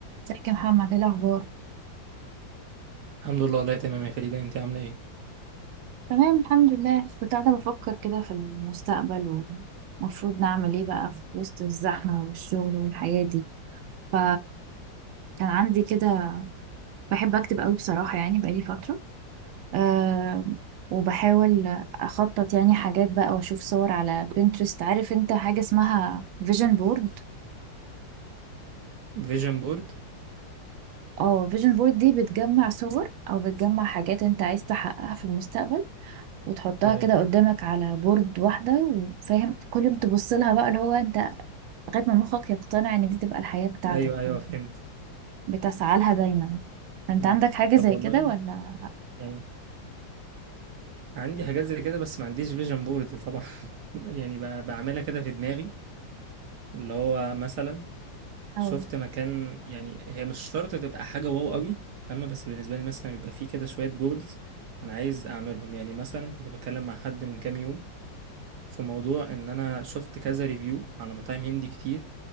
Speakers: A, on the right; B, on the right.
A: ازيك يا محمد ايه الاخبار
B: الحمد لله والله تمام يا فريدة انت عاملة ايه؟
A: تمام الحمد لله كنت قاعده بفكر كده في المستقبل ومفروض نعمل ايه بقى في وسط الزحمه والشغل والحياه دي ف كان عندي كده بحب اكتب قوي بصراحه يعني بقالي فتره أه وبحاول اخطط يعني حاجات بقى واشوف صور على بنترست عارف انت حاجه اسمها فيجن بورد
B: فيجن بورد
A: اه فيجن بورد دي بتجمع صور او بتجمع حاجات انت عايز تحققها في المستقبل وتحطها
B: ايوه
A: كده قدامك على بورد واحدة وفاهم كل يوم تبص لها بقى اللي هو انت لغاية ما مخك يقتنع ان دي تبقى الحياة بتاعتك
B: ايوه ايوه
A: فانت
B: فهمت
A: بتسعى لها دايما فانت
B: مم.
A: عندك حاجة زي
B: طب والله
A: كده ولا
B: يعني عندي حاجات زي كده بس ما عنديش فيجن بورد طبعا <laughs> يعني ب- بعملها كده في دماغي اللي هو مثلا
A: أو.
B: شفت مكان يعني هي مش شرط تبقى حاجة واو قوي فاهمة بس بالنسبة لي مثلا بيبقى فيه كده شوية جولز انا عايز اعملهم يعني مثلا كنت بتكلم مع حد من كام يوم في موضوع ان انا شفت كذا ريفيو على مطاعم هندي كتير